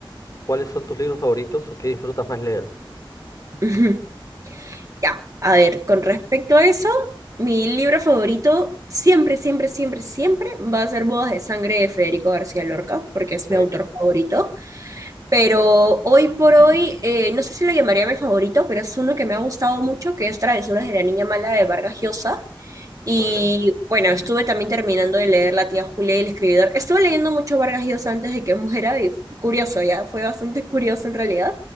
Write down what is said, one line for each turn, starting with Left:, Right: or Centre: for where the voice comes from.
Left: ¿cuáles son tus libros favoritos o qué disfrutas más leer?
Right: <laughs> Ya, a ver, con respecto a eso, mi libro favorito siempre, siempre, siempre, siempre va a ser Bodas de Sangre de Federico García Lorca, porque
Left: Ok,
Right: es mi autor favorito. Pero hoy por hoy, eh, no sé si lo llamaría mi favorito, pero es uno que me ha gustado mucho, que es Travesuras de la Niña Mala de Vargas Llosa. Y
Left: vale.
Right: bueno, estuve también terminando de leer La tía Julia y el escribidor. Estuve leyendo mucho Vargas Llosa antes de que muera y curioso, ya fue bastante curioso en realidad.